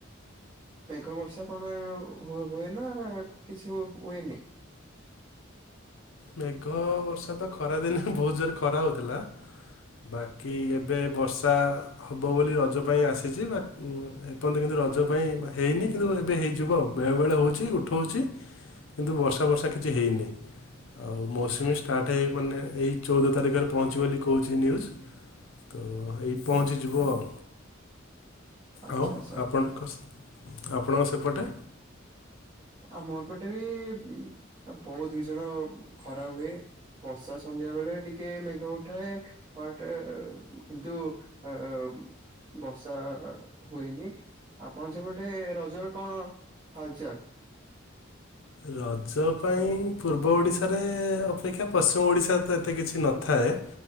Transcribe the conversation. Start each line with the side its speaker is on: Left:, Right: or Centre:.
Right: ମେଘ ବର୍ଷା କଣ ହୁଏ ନା କିଛି ହୁଏନି?
Left: ମେଘ ବର୍ଷା ତ ଖରାଦିନେ ବହୁତ ଜୋରେ ଖରା ହଉଥିଲା। ବାକି ଏବେ ବର୍ଷା ହେବ ବୋଲି ରଜ ପାଇଁ ଆସିଛି। ବା ଏପର୍ଯ୍ୟନ୍ତ କିନ୍ତୁ ରଜ ପାଇଁ ହେଇନି, କିନ୍ତୁ ଏବେ ହେଇଯିବ ଆଉ। ବେଳେବେଳେ ହେଉଛି, ଉଠଉଛି। କିନ୍ତୁ ବର୍ଷା ବର୍ଷା କିଛି ହେଇନି। ଆଉ ମୌସୁମୀ ଷ୍ଟାର୍ଟ ହେଇ ମାନେ ଏଇ ଚଉଦ ତାରିଖରେ ପହଞ୍ଚିବ ବୋଲି କହୁଛି ନ୍ୟୁଜ୍। ତ ଏଇ ପହଞ୍ଚିଯିବ ଆଉ।
Right: ଆଚ୍ଛା
Left: ଆଉ
Right: ଆଚ୍ଛା
Left: ଆପଣଙ୍କ ସ୍ ଆପଣଙ୍କ ସେପଟେ
Right: ଆମପଟେ ବି ବହୁତ ଭୀଷଣ ଖରା ହୁଏ। ବର୍ଷା ସନ୍ଧ୍ୟା ବେଳେ ଟିକେ ମେଘ ଉଠାଏ। ବଟ କିନ୍ତୁ ଅ ବର୍ଷା ହୁଏନି, ଆପଣ ସେପଟେ ରଜରେ କଣ ହାଲଚାଲ?
Left: ରଜ ପାଇଁ ପୂର୍ବ ଓଡ଼ିଶାରେ ଅପେକ୍ଷା ପଶ୍ଚିମ ଓଡ଼ିଶାରେ ତ ଏତେ କିଛି ନଥାଏ